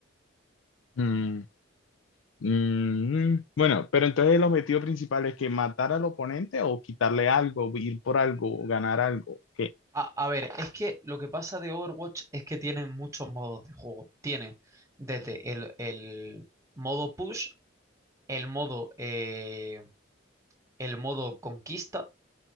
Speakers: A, on the left; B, on the right.
A: Mm, mm, bueno, pero entonces el objetivo principal es que matar al oponente o quitarle algo, ir por algo, ganar algo. ¿Qué?
B: A, a ver, es que lo que pasa de Overwatch es que tiene muchos modos de juego. Tiene desde el, el modo push, el modo, eh, el modo conquista